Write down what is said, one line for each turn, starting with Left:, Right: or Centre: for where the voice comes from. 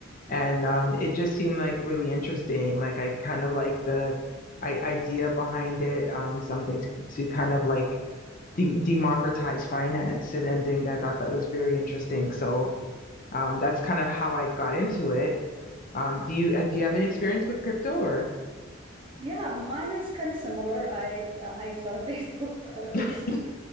Left: and um, it just seemed like really interesting. Like I kind of like the I, idea behind it, um, something to, to kind of like de- democratize finance and ending. I thought that was very interesting. So um, that's kind of how I got into it. Um, do you uh, do you have any experience with crypto or?
Right: Yeah, mine is kind of similar. I uh, I saw a <laughs> Facebook
Left: <laughs>
Right: post